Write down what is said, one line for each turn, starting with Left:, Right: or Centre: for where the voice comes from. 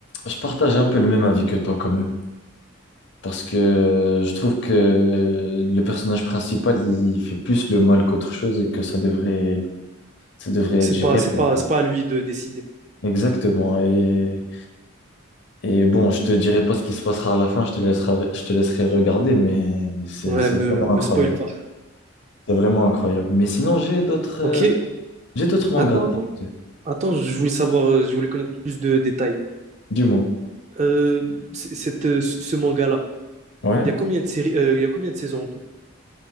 Left: je partage un peu le même avis que toi quand même. Parce que je trouve que le personnage principal, il fait plus le mal qu'autre chose et que ça devrait, ça devrait
Right: C'est
Left: être géré
Right: pas, c'est
Left: par...
Right: pas, c'est pas à lui de décider.
Left: Exactement. Et, et bon, je te dirai pas ce qui se passera à la fin, je te laisserai, je te laisserai regarder, mais c'est,
Right: Ouais,
Left: c'est
Right: me,
Left: vraiment
Right: me
Left: incroyable.
Right: spoil pas.
Left: C'est vraiment incroyable. Mais sinon, j'ai d'autres...
Right: Ok,
Left: euh, J'ai d'autres mangas
Right: attends,
Left: à te
Right: attends.
Left: proposer.
Right: Attends, je voulais savoir, euh, je voulais connaître plus de détails.
Left: Dis-moi.
Right: Euh, c- cette, euh, ce ce manga-là,
Left: Ouais.
Right: il y a combien de séries, euh, il y a combien de saisons en tout?